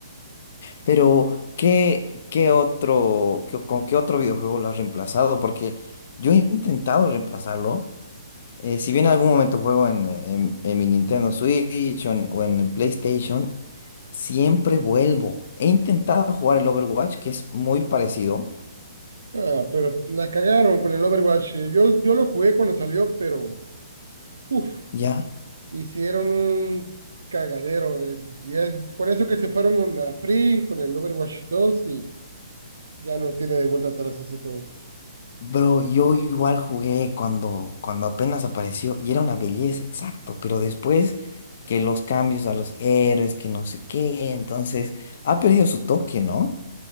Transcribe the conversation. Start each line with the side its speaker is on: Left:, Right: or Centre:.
Left: Pero, ¿qué, qué otro, qué- con qué otro videojuego lo has reemplazado? Porque yo he intentado reemplazarlo. eh, si bien en algún momento juego en, en- en mi Nintendo Switch o en, o en el PlayStation, siempre vuelvo. He intentado jugar el Overwatch, que es muy parecido,
Right: Ah, pero la cagaron con el Overwatch. Eh, Yo, yo lo jugué cuando salió, pero uf,
Left: ¿ya?
Right: hicieron un cagadero. eh, ya- con eso que se fueron a Free con el Overwatch 2 y ya no tiene de vuelta atrás ese juego.
Left: Bro, yo igual jugué cuando, cuando apenas apareció y era una belleza, exacto. Pero después que los cambios a los héroes, que no sé qué, entonces ha perdido su toque, ¿no?